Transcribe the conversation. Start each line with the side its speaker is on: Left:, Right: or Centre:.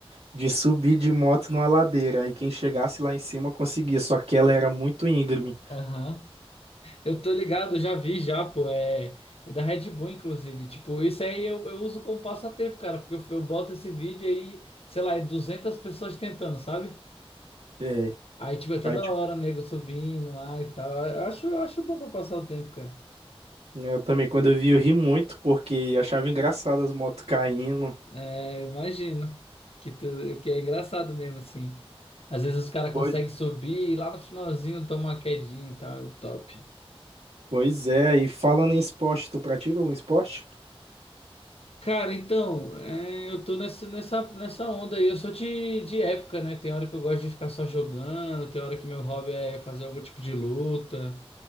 Right: de subir de moto numa ladeira. Aí quem chegasse lá em cima conseguia, só que ela era muito íngreme.
Left: Aham. Eu tô ligado, já vi já, pô. É, é da Red Bull, inclusive. Tipo, isso aí eu, eu uso como passatempo, cara, porque eu, eu boto esse vídeo aí, sei lá, é 200 pessoas tentando, sabe?
Right: É.
Left: Aí, tipo, é toda
Right: Aí
Left: hora, nego subindo lá e tal. Eu acho, eu acho bom pra passar o tempo, cara.
Right: É, Eu também, quando eu vi, eu ri muito, porque eu achava engraçado as motos caindo.
Left: É, imagino que, tu, que é engraçado mesmo, assim. Às vezes os caras
Right: Pois,
Left: conseguem subir e lá no finalzinho toma uma quedinha e tal, top.
Right: pois é, e falando em esporte, tu pratica algum esporte?
Left: Cara, então, é, eu tô nessa, nessa, nessa onda aí. Eu sou de, de época, né? Tem hora que eu gosto de ficar só jogando, tem hora que meu hobby é fazer algum tipo de luta.